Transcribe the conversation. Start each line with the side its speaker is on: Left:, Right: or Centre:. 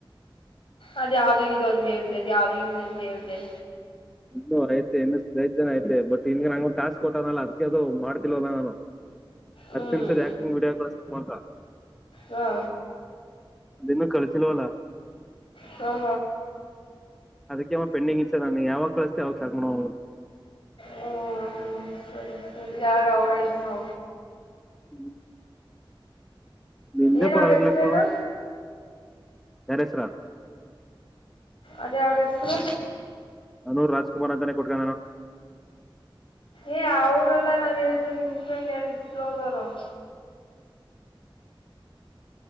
Left: ಅದ ಯಾವ ಇದುೊಂದು ಹೇಳ್ದ ಅದ ಯಾವ್ದ ಇದೊಂದು ಹೇಳಿದೆ
Centre: ಇನ್ನು ಐ್ತೆ ಇನ್ನು ಸ್ ಜನ ಐತೆ ಬಟ್ಗೆ ನಂಗೊಂದು ಟಾಸ್ಕ್ ಕೊಟ್ಟನಲ್ಲ ಅದ್ ಅದು ಮಾಡ್ತಿಲ್ವದ ನಾನು
Left: ಹ್ಮ್
Centre: ಹತ್ ನಿಮಿಷ ಆಕ್ಟಿಂಗ್ ವೀಡಿಯೋಮ
Left: ಹಾ
Centre: ಅದು ಇನು ಕಳಿಸಿಲ್ಲವಲ್ಲ
Left: ಹಾಂ
Centre: ಅದಕ್ಕೆಮ್ಮ ಪೆಂಡಿಂಗ್ ಇ ಸರ್ ನನ್ ಯಾವಾಗ ಕಳಸ್ತ ಯಾವಾಗ ಸ ಮಾಡೋೋ
Left: ಹ್ಮ ಸರಿ ಸರಿ ಯಾರ ಅವ್ರ ಇಸ್ರೋ
Centre: ಹ್ಮ ನಿಂದ
Left: ಏನು
Centre: ಪರಾವಲಕ್ಕ
Left: ಅವ್ರ ಹೆಸ್ರೇನು
Centre: ಯಾರ ಹೆಸರಾ
Left: ಅದ ಅವಾವರ ಹೆಸರು
Centre: ನಾನೂ ರಾಜ್ಕುಮಾರ್ ಅಂತಾನೇ ಕೊಟ್ಕ ನಾನು
Left: ಏ ಅವರೆಲ್ಲಾ ನಾನು ಹೇಳಿದ್ದು ನಿಂತ್ ಎ ಇಸ್ರೋ ಅದವರು <inaudible>